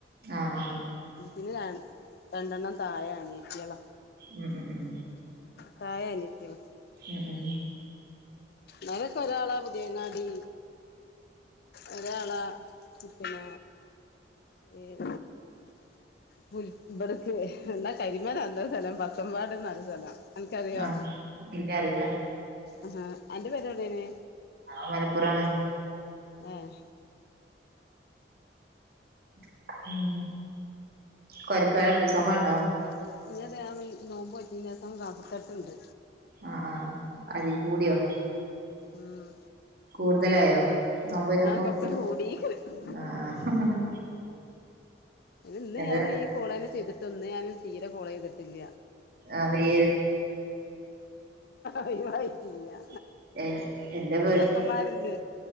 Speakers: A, on the right (about 60°); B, on the left (about 60°).
A: ആ ആ
B: പിന്നെ ഞൻ രണ്ടെണ്ണം താഴെ ആാണ് എത്തിയള
A: ഉം ഉം ഉം
B: പ്രായനിത്യം
A: ഉ ഉ
B: നിതക്കെ ഒരാളാ പുതിയങ്ങാടി അതള ചിക്കന ഏ പു ഇവിടക്ക് എന്താ കരിമല എന്ത സ്ഥലം പത്തമ്പാട്ന്നരു സ്ഥലം അൻക്കറിയോ
A: ആഹ് ഇന്നെ അറിയില്ല
B: ആഹാ എന്റെ പേര്വിടെനെ
A: ആ മലപ്പുറാണ്
B: ആഹ
A: <unintelligible>
B: <unintelligible> നോബോറ്റിനി ലേസം കഫകെട്ട് ണ്ട്
A: ആഹ് ആഹ് അതി കൂടിയോ
B: ഉമ്
A: കൂടുതലായോ നോബോറ്റപ്പം
B: കൊറച്ച് കൂടീക്ക്ണ്
A: ആഹ് ആഹ്
B: ഇന്ന്
A: അത്
B: ഞാന് ഈ കോളേനെ ചെയ്തിട്ട് ന്ന് ഞാൻ തീരെ കോള ചെയ്തിട്ടില്ല.
A: ആഹ്
B: ഒഴിവായി ചെയ്യാ
A: <unintelligible>
B: ചെക്കന്മാര്ണ്ട്